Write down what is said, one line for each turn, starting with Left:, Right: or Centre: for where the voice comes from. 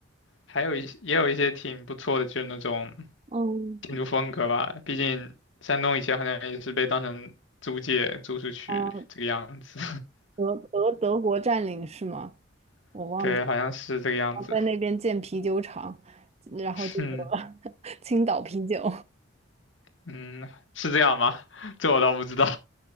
Left: 还有一也有一些挺不错的，就是那种。
Right: 嗯，
Left: 民族风格吧，毕竟山东以前好像也是被当成租界租出去这个样子，
Right: 哦德德德国占领是吗？
Left: <laughs>
Right: 我忘记，
Left: 对，好像是这个样子，
Right: 然后在那边建啤酒厂，然后就有了
Left: <laughs> 嗯
Right: <laughs> 青岛啤酒，
Left: 嗯，是这样吗？<laughs> 这我倒不知道